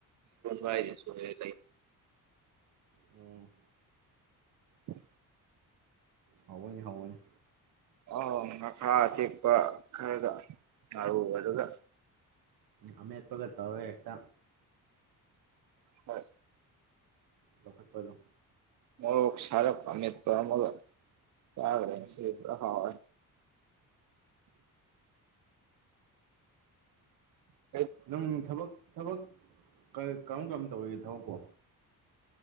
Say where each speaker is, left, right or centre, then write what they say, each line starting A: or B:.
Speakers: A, on the right; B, on the right.
A: ꯍꯥꯏꯏꯗꯁ ꯂ
B: ꯑꯣ
A: ꯎꯝ
B: ꯍꯏꯅꯦ ꯍꯏꯅꯦ
A: ꯑ ꯉꯈꯥ ꯑꯇꯦꯛꯄ ꯈꯔꯒ ꯉꯥꯔꯨ ꯑꯗꯨꯒ
B: ꯑꯃ ꯑꯦꯄꯣ ꯀꯇꯥ ꯑꯦꯇ
A: ꯍꯣꯏ
B: ꯂꯈꯠ ꯄꯂꯨ
A: ꯃ ꯁꯔꯄ ꯑꯃꯃꯤ ꯄ ꯑꯃꯒ ꯌꯥꯒꯔꯦ
B: ꯑꯗꯨꯅꯤ
A: ꯁꯤ
B: ꯇꯧꯔꯤꯁꯦ
A: ꯍꯣꯏ ꯎꯝ
B: ꯅꯪ ꯊꯕꯛ ꯊꯕꯛ ꯀꯔꯝ ꯀꯔꯝ ꯇꯧꯔꯤꯒꯦ ꯊꯕꯛꯄꯣ